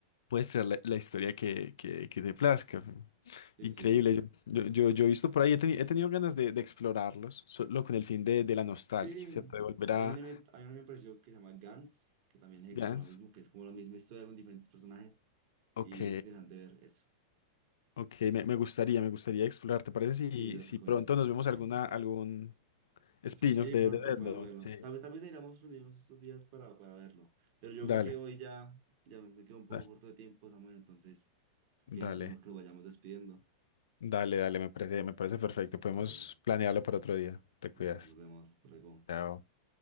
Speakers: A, on the left (about 85°); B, on the right (about 55°).
A: puedes traer la, la historia que, que, que te plazca.
B: Sí,
A: Increíble.
B: sí.
A: Yo, yo, yo- yo he visto por ahí, he, teni- he tenido ganas de, de explorarlos, solo con el fin de, de la nostalgia,
B: Sí,
A: ¿cierto? De volver
B: hay
A: a
B: un anime, hay un anime parecido que se llama Gantz, que también ejecuta
A: Gans.
B: lo mismo, que es como la misma historia con diferentes personajes
A: Ok,
B: y es interesante ver eso.
A: ok, me, me gustaría, me gustaría explorar. ¿Te parece si,
B: Sí, te lo
A: si
B: recomiendo,
A: pronto
B: te lo
A: nos
B: recomiendo.
A: vemos alguna, algún spin-off
B: Sí,
A: de,
B: pronto
A: de Death
B: podemos
A: Note?
B: verlo.
A: Sí.
B: Tal vez, tal vez deberíamos reunirnos estos días para, para verlo, pero yo
A: Dale,
B: creo que hoy ya, ya me quedo un poco
A: dale,
B: corto de tiempo, Samuel, entonces creo
A: dale,
B: que es mejor que nos vayamos despidiendo.
A: dale, dale, me parece, me parece perfecto. Podemos
B: Dale,
A: planearlo para otro día. Te cuidas.
B: listo, nos vemos, hasta luego.
A: Chao.